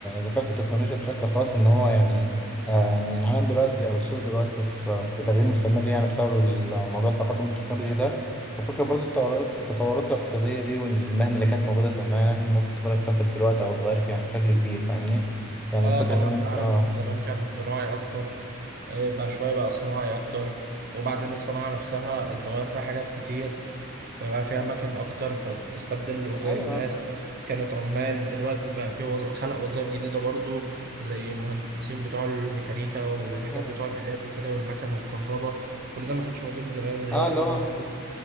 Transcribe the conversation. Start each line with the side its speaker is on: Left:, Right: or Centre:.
Centre: ذكرت التكنولوجيا بشكل خاص ان هو يعني آه ان العالم دلوقتي او السوق دلوقتي في في تغيير مستمر يعني بسبب الموضوع التقدم التكنولوجي ده وفكره
Right: دي
Centre: برضو التطورات التطورات الاقتصاديه دي والمهن اللي كانت موجوده زمان ممكن تكون اختفت دلوقتي او اتغيرت يعني بشكل كبير فاهمني يعني
Right: اه
Centre: الفكره
Right: طبعا
Centre: ان انت
Right: العالم
Centre: آه،
Right: زمان كان زراعي اكتر آه، بقى شويه بقى صناعي اكتر وبعدين الصناعه نفسها اتغير فيها حاجات كتير فبقى فيها اماكن اكتر فاستبدل وظائف
Centre: ايوه
Right: ناس كانت عمال دلوقتي بقى في وز... خلق وظائف جديده برضو زي المهندسين بتوع الميكانيكا والحاجات
Centre: اه
Right: بتوع الالات وكده والمكن والكهرباء كل ده ما كانش موجود زمان دلوقتي
Centre: آه، اللي
Right: بقى
Centre: هو
Right: موجود